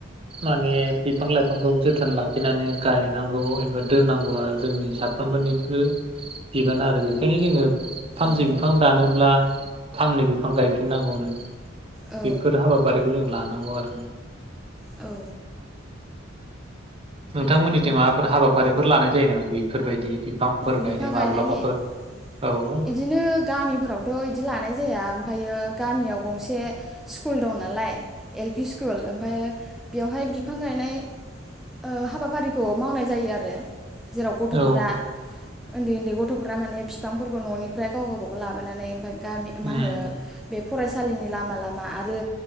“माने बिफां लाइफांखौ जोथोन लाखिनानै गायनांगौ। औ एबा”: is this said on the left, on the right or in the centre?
Right